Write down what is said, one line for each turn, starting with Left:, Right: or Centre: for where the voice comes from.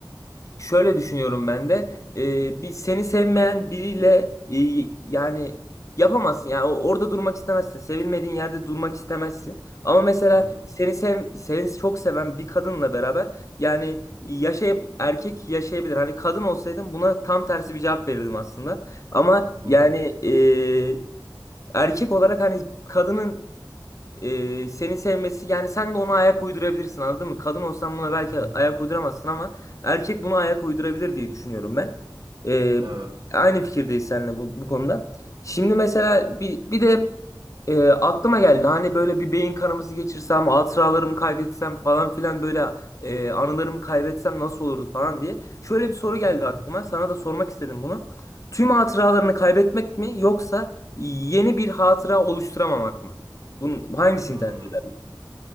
Left: Şöyle düşünüyorum ben de. Ee, bir seni sevmeyen biriyle e, yani yapamazsın. Yani o- orada durmak istemezsin. Sevilmediğin yerde durmak istemezsin. Ama mesela
Right: Hı hı,
Left: seni sev seni çok seven bir kadınla beraber yani yaşay erkek yaşayabilir. Hani kadın olsaydım buna tam tersi bir cevap verirdim aslında. Ama
Right: hı
Left: yani
Right: hı,
Left: e, erkek olarak hani kadının e, seni sevmesi yani sen de ona ayak uydurabilirsin anladın mı? Kadın olsan buna belki
Right: hı hı.
Left: ayak uyduramazsın ama erkek buna ayak uydurabilir diye düşünüyorum ben. E,
Right: Evet.
Left: aynı fikirdeyiz seninle bu, bu konuda. Şimdi mesela bir, bir de e, aklıma geldi hani böyle bir beyin kanaması geçirsem, hatıralarımı kaybetsem falan filan böyle e, anılarımı kaybetsem nasıl olurdu falan diye. Şöyle bir soru geldi
Right: Hı hı.
Left: aklıma. Sana da sormak istedim bunu. Tüm hatıralarını kaybetmek mi yoksa yeni bir hatıra oluşturamamak mı? Bunun hangisini
Right: Hmm.
Left: tercih ederdin?